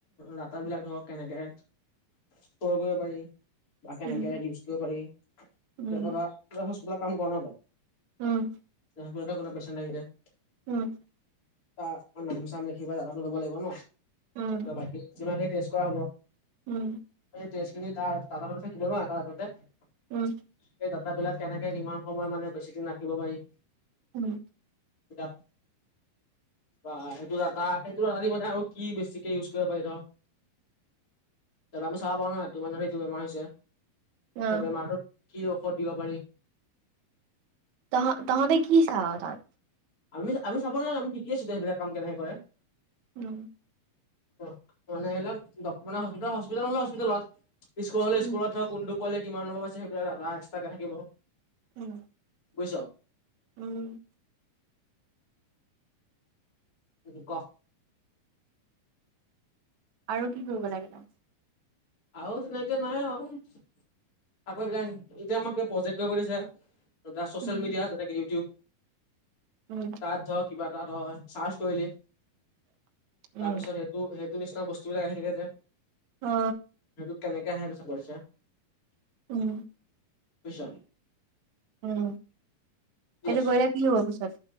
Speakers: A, on the left; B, on the right.
A: ডাটা বিলাক ধৰক কেনেকে, ষ্টৰ কৰিব পাৰি। বা কেনেকে
B: উম।
A: ইউজ কৰিব পাৰি,
B: উম,
A: এইয়া ধৰা ত‌ই হস্পিতালত কাম কৰ ন ত‌ই?
B: উম।
A: কেনেকা ধৰণৰ পেছেণ্ট আহি যায়?
B: উম।
A: আ নাম চাম লিখিব ডাটা টো লব লাগিব ন!
B: উম,
A: বাকী কেনেকৈ টেষ্ট- কোৱা হব?
B: উম।
A: তেজখিনি কাৰ তাৰ কিলো ন এতে এই ত
B: উম,
A: <unintelligible> ডাটা বিলাক কেনেকে কিমান সময় মানে বেছি দিন ৰাখিব পাৰি,
B: উম।
A: এা <unintelligible> বা এইটো ডাটা, সেইটো ডাটাদি মানে আৰু কি বেছিকে ইউজ কৰিব পাৰি ধৰ। তাৰ পৰা আমি চাব পাওঁ ন, এইটো মানুহৰ এইটো বেমাৰ হৈছে।
B: অ'।
A: সেই বেমাৰটোত কি ঔষধ দিব পাৰি।
B: তহ তহঁতে কি চাৱ তাত?
A: আমি আমি চাব নালাগে, আমি শিকি আছো সেইবিলাক কাম কেনেকে কৰে।
B: অম <unintelligible>
A: অ মানে এইবিলাক মানে ডক হস্পিতাল হস্পিতাল হলে হস্পিতালত, স্কুল হলে
B: উম,
A: স্কুলত। কোনটো পোৱালি কিমান নম্বৰ পাইছে সেইবিলাক ডাটা এক্সট্ৰা কে থাকিব।
B: উম।
A: বুইছ?
B: উম।
A: উম ক
B: আৰু কি কৰিব লাগে তাত?
A: আৰু তেনেকে নাই আৰু। আকৌ এইবিলাক, এতিয়া আমাক প্ৰজেক্ট কৰিব দিছে। তিয়া ছ'চিয়েল
B: উম।
A: মিডিয়া যেনেকে ইউটিউব,
B: উম।
A: তাৰপিছত কিবা এটা ত‌ই ছাৰ্চ কৰিলি,
B: উম,
A: তাৰ পিছত তো সেইটো নিচিনা বস্তু বিলাক আহি থাকে যে।
B: অ।
A: সেইটোক কেনেকে আহে চাব দিছে।
B: উম।
A: বুইছ
B: উম।
A: উ
B: এইটো
A: <inaudible>
B: কৰিলে কি হ'ব পিছত